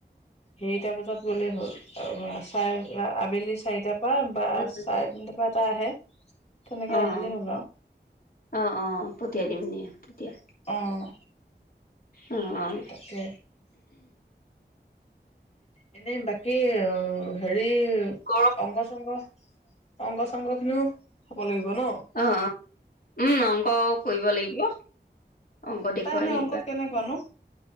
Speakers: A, on the left; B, on the left.
A: হেৰিটা বজাত গ'লেই হ'ল <unintelligible> <unintelligible> আবেলি চাৰিটাৰ পৰা বা
B: উম
A: চাৰে তিনটাৰ পৰা <unintelligible> তেনেকে
B: অ'
A: আহিলেই হ'ল আৰু
B: অ'। অ' অ' পঠিয়াই দিম দিয়া তেতিয়া।
A: অ'
B: অ' অ'।
A: তাকে এনেই বাকী উম হেৰি। এই
B: গৰম
A: অংক চংক অংগ চংক খিনিও হ'ব লাগিব। ন?
B: অ' অ'। উম অংক কৰিব লাগিব। অংক দেখুৱাই
A: তাই এনে
B: দিবা।
A: অংকত কেনেকুৱা নো?